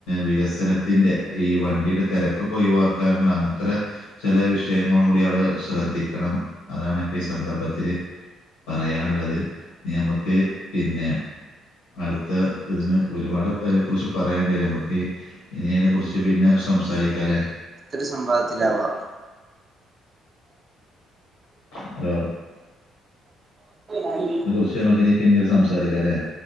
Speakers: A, on the left; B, on the right.
A: വികസനത്തിന്റെ ഈ വണ്ടിയുടെ തിരക്കൊക്കെ ഒഴിവാക്കാനുള്ള അങ്ങത്തെ- ചില വിഷയങ്ങളും കൂടി അവിടെ ശ്രദ്ധിക്കണം അതാണ് ഇപ്പൊ ഈ സന്ദർഭത്തില് പറയാനുള്ളത് നമുക്ക് പിന്നെ- അടുത്ത ഇതിന് ഒരുപാട് അതിനെ കുറിച്ച് പറയാൻ ഇണ്ടായി- നമുക്ക് ഇനി അതിനെ കുറിച്ച് പിന്നെ സംസാരിക്കാം അല്ലേ.
B: ഇതൊരു സംവാദത്തിലാവാം-
A: ഹലോ
B: <inaudible>
A: പക്ഷേ മക്ക് ഇനി പിന്നീട് സംസാരിക്കല്ലേ.